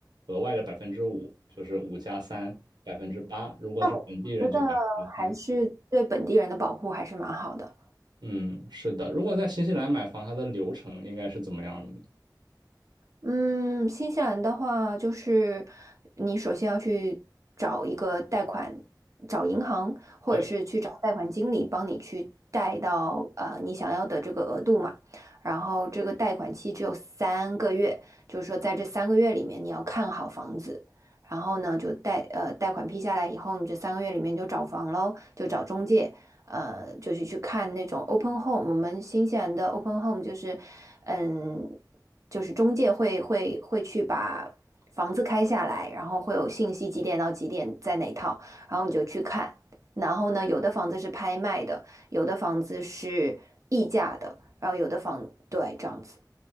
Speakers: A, on the right; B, on the right.
A: 额外的百分之五，就是五加三，百分之八。如果是本地人就百分之三。
B: 那我觉得还是对本地人的保护还是蛮好的。
A: 嗯，是的。如果在新西兰买房，它的流程应该是怎么样的呢
B: 嗯，新西兰的话，就是你首先要去找一个贷款，找银行，或者是去找贷款经理帮你去贷到呃你想要的这个额度嘛。
A: 对。
B: 然后这个贷款期只有三个月，就是说在这三个月里面你要看好房子，然后呢就贷呃贷款批下来以后，你这三个月里面就找房喽，就找中介，呃，就是去看那种 open home，我们新西兰的 open home 就是，嗯，就是中介会会会去把房子开下来，然后会有信息几点到几点在哪套，然后你就去看。然后呢，有的房子是拍卖的，有的房子是溢价的，然后有的房，对，这样子。